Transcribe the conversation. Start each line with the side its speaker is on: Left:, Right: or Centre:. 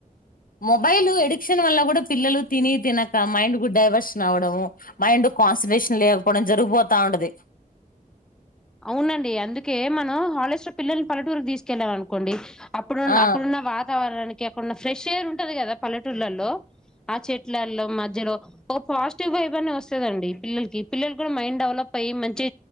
Left: మొబైల్ ఎడిక్షన్ వల్ల కూడా పిల్లలు తిని తినక మైండ్ కు డైవర్షన్ అవ్వడము మైండ్ కాన్సన్ట్రేషన్ లేకపోవడం జరిగిపోతా ఉండది
Centre: అవునండి అందుకే మనం హాలిడేస్ పిల్లల్ని పలటూరుకు తీసుకెళ్ళామ అనుకోండి అప్పుడున్న
Left: ఆ
Centre: అక్కడున్న వాతావరణానికి అక్కడన్న ఫ్రెష్ ఎయిర్ ఉంటది కదా పలెటూర్లలో ఆ చెట్లల్లో మధ్య జీ ఒక పాజిటివ్ వైబ్ అ వస్తుంద అండి పిల్లలకి పిల్లలు కూడా మైండ్ డెవలప్ అయ్యి మంచి